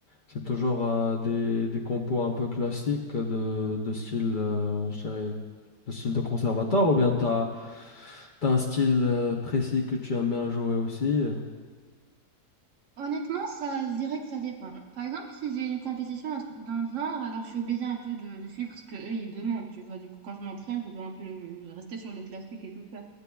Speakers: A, on the left; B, on the right.
A: c'est toujours euh, des, des compos un peu classiques euh, de, de style euh, je dirais de style de conservatoire ou bien t'as t'as un style euh, précis que tu aimes bien jouer aussi?
B: Honnêtement, ça, je dirais que ça dépend. Par exemple, si j'ai une compétition, un truc dans le genre, alors je suis obligée un peu de, de suivre ce que eux ils demandent, tu vois. Du coup, quand je m'entraîne, je dois un peu rester sur le classique et tout ça.